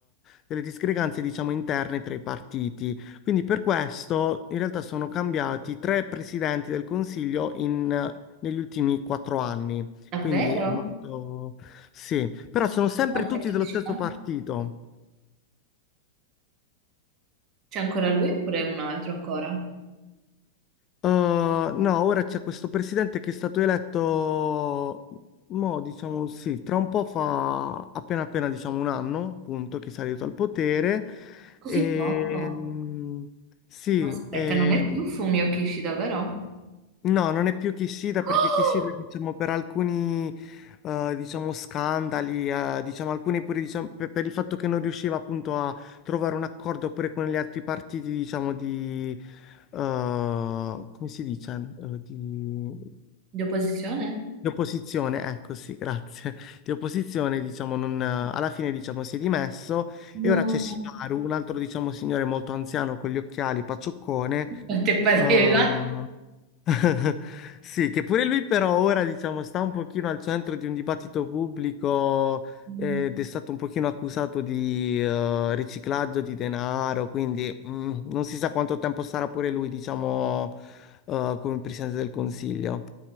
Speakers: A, on the left; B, on the right.
A: delle discrepanze, diciamo, interne tra i partiti. Quindi per questo in realtà sono cambiati tre presidenti del Consiglio in, eh, negli ultimi quattro anni.
B: Davvero?
A: Quindi è Ma- molto... Sì, però sono sempre
B: Ma semplicità.
A: tutti dello stesso partito.
B: C'è ancora lui oppure un altro ancora?
A: Eh, no, ora c'è questo presidente che è stato eletto, mo, diciamo sì, tra un po' fa appena appena diciamo un anno, appunto, che è salito al potere.
B: Così
A: E,
B: poco.
A: mm, sì,
B: Ma aspetta,
A: e-
B: non è più Fumio Kishida, vero?
A: No, non è più Kishida
B: <gasps>
A: perché
B: Oh!
A: Kishida, diciamo, per alcuni, eh, diciamo, scandali, eh, diciamo, alcuni pure, diciamo, per, per il fatto che non riusciva appunto a trovare un accordo pure con gli altri partiti, diciamo, di, eh, come si dice? Eh, di,
B: Di opposizione?
A: di opposizione, ecco, sì, <laughs> grazie. Di opposizione, diciamo, non, alla fine, diciamo, si è dimesso e
B: No.
A: ora c'è Shimaru, un altro, diciamo, signore molto anziano con gli occhiali, paccioccone,
B: Quante pareva?
A: eh, <laughs> Sì, che pure lui però ora, diciamo, sta un pochino al centro di un dibattito pubblico
B: Mm,
A: eh, ed è stato un pochino accusato di eh, riciclaggio di denaro, quindi mm, non si sa quanto tempo sarà pure lui, diciamo, eh, come presidente del Consiglio.